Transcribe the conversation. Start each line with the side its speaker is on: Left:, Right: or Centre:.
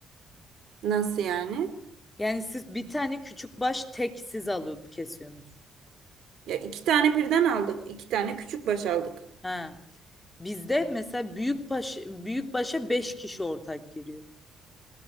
Right: nasıl yani?
Left: Yani siz bir tane küçük baş tek siz alıp kesiyorsunuz.
Right: Ya iki tane birden aldık. iki tane küçük baş aldık.
Left: Ha. Bizde mesela büyük baş büyük başa 5 kişi ortak giriyor.